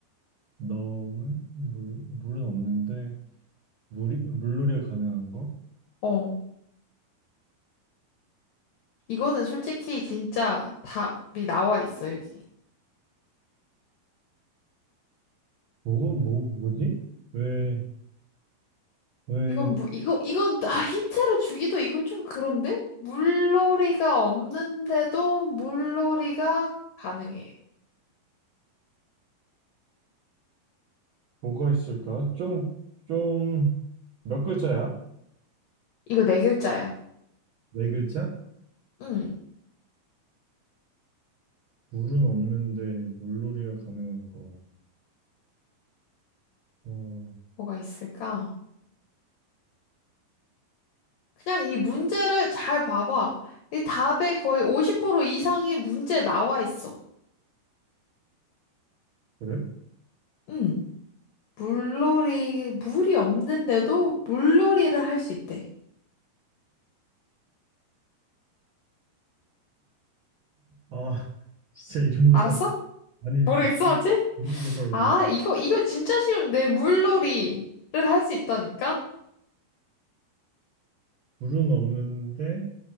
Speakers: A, on the right (about 80°); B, on the left (about 65°).
A: 너물? 물, 물은 없는데, 물이, 물놀이가 가능한 거?
B: 어. 이거는 솔직히 진짜 답이 나와 있어, 여기.
A: 뭐가, 뭐, 뭐지? 왜, 왜,
B: 이건 뭐 이거 이건 아 힌트를 주기도 이건 좀 그런데? 물놀이가 없는데도 물놀이가 가능해.
A: 뭐가 있을까? 좀, 좀, 몇 글자야?
B: 이거 네 글자야.
A: 네 글자?
B: 응.
A: 물은 없는데, 물놀이가 가능한 거. 어,
B: 뭐가 있을까? 그냥 이 문제를 잘 봐봐. 이 답의 거의 50% 이상이 문제에 나와 있어.
A: 그래?
B: 응. 물놀이, 물이 없는데도 물놀이를 할 수 있대.
A: 아, <laughs> 진짜 이런 거
B: 알았어?
A: 잘, 아니,
B: 모르겠어, 아직?
A: 이런 거 잘,
B: 아,
A: 모르-
B: 이거, 이거 진짜 쉬운데. 물놀이를 할 수 있다니까?
A: 물은 없는데,